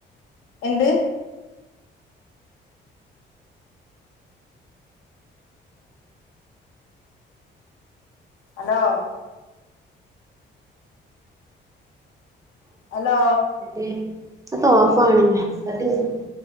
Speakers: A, on the left (about 80°); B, on the right (about 15°).
A: എന്ത് ഹലോ ഹലോ
B: എന്തേയ് അത് ഓഫ് ആണ് <unintelligible>